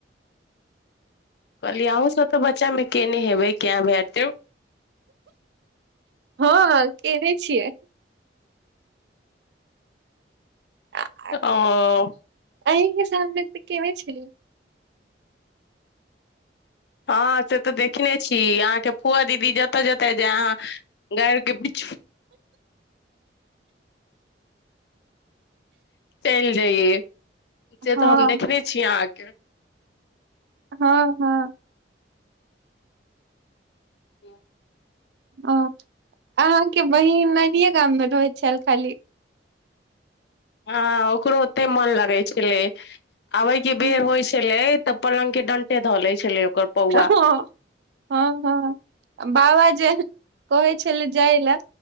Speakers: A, on the left (about 65°); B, on the right (about 65°).
A: कहलियै अहूँ सब तऽ बच्चा मे केने हेबै कें भें टें
B: हँ केने छियै आ
A: ओ
B: अहीं के सामने तऽ केने छेलियै
A: हँ से तऽ देखने छी अहाँके फुआ दीदी जतऽ जतऽ जाय अहाँ गांयरके पीछु चलि जइयए से तऽ
B: हँ
A: हम देखने छी अहाँके
B: हँ हँ
A: <inaudible>
B: ओ अहाँके बहिन नानीयें गाम मे रहैत छेल खाली
A: हँ ओकरो ओते मन लगै छलै अबै के
B: हम्म,
A: बेर होइ छेलै तऽ पलंग के डंटे धऽ ले छलै ओकर पौआ
B: हँ हँ हँ बाबा जे कहै छेलै जाइ ले